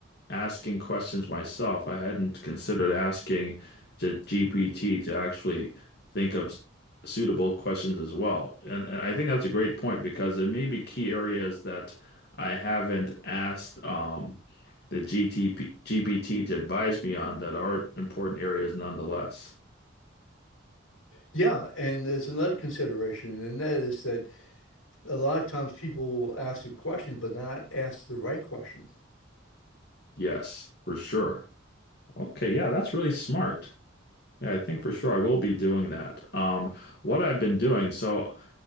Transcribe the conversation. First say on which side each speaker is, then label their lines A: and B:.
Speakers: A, on the left; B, on the left.
A: asking questions myself. I hadn't considered asking the GPT to actually think of s- suitable questions as well. And, and I think that's a great point because there may be key areas that I haven't asked um, the GTP, GPT to advise me on that are important areas nonetheless.
B: Yeah, and there's another consideration, and that is that a lot of times people will ask a question but not ask the right question.
A: Yes, for sure. Okay, yeah, that's really smart. Yeah, I think for sure I will be doing that. Um, what I've been doing, so.